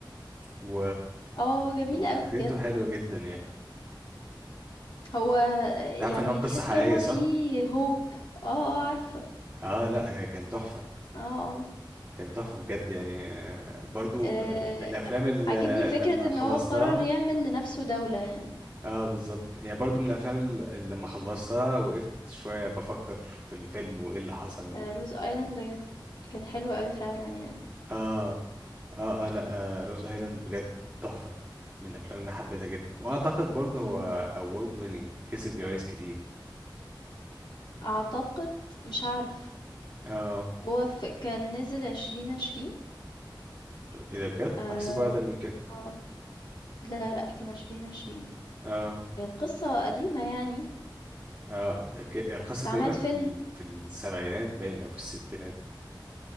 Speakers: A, on the right (about 20°); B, on the left (about 65°).
A: و...
B: آه جميل
A: وفكرته
B: أوي بجد.
A: حلوه جدا يعني
B: هو آه،
A: انت عارف
B: يعني
A: ان هو قصه
B: تحس
A: حقيقيه
B: كده إن هو
A: صح
B: فيه hope آه، آه عارفة.
A: اه لا هي كان تحفه
B: آه، آه.
A: كان تحفه بجد يعني آه، برضو
B: آآ
A: ب- من الافلام اللي
B: عاجبني فكرة
A: لما
B: إن
A: خلصتها
B: هو قرر يعمل لنَفْسه دولة يعني،
A: اه بالظبط يعني برضو من الافلام اللي اللي لما خلصتها وقفت شويه بفكر في الفيلم وايه اللي حصل
B: آآ
A: و...
B: rose island كان حلو أوي فعلًا يعني.
A: اه اه اه لا آه روز ايلاند بجد تحفه من الافلام اللي حبيتها جدا واعتقد برضو
B: إمم.
A: هو اوورد ويننج كسب جوائز كتير
B: أعتقد مش عارفة،
A: اه
B: هو ف كان نزل 2020
A: ايه ده بجد
B: آآ آه.
A: بحسبه اقدم من كده
B: آه. لا، لأ، كان 2020
A: اه
B: القصة قديمة يعني،
A: اه ك-
B: بس
A: قصه
B: اتعملت
A: تقريبا
B: فيلم
A: في ال... في السبعينات باين او في الستينات